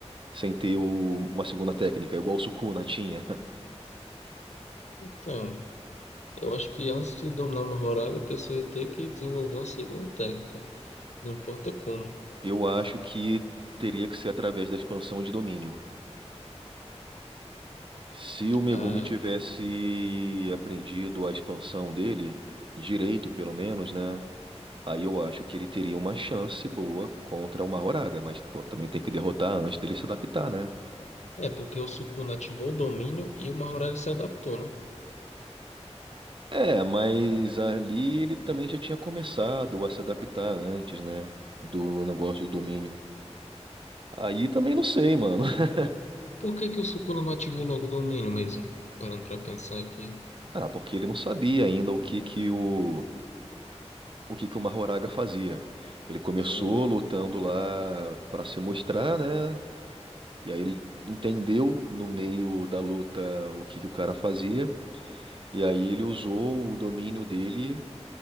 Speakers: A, on the right; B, on the left.
A: sem ter o- uma segunda técnica, igual o Sukuna tinha? <laughs>
B: Então, Eu acho que antes de dominar uma horário, a pessoa ia ter que desenvolver uma segunda técnica, não importa como.
A: Eu acho que teria que ser através da expansão de domínio. Se o Megumi
B: Ah,
A: tivesse aprendido a expansão dele, direito pelo menos, né? Aí eu acho que ele teria uma chance boa contra o Mahoraga, mas pô, também tem que derrotar antes dele se adaptar, né?
B: é porque o Sukuna ativou o domínio e o Mahoraga se adaptou, né?
A: É, mas ali ele também já tinha começado a se adaptar antes, né? Do negócio do domínio. Aí também não sei, mano. <laughs>
B: Por que que o Sukuna não ativou logo o domínio mesmo? Parando pra pensar aqui.
A: Ah, porque ele não sabia ainda o que que o, o que que o Mahoraga fazia. Ele começou
B: Ah,
A: lutando lá pra se mostrar, né? E aí ele entendeu no meio da luta o que que o cara fazia, e aí ele usou o domínio dele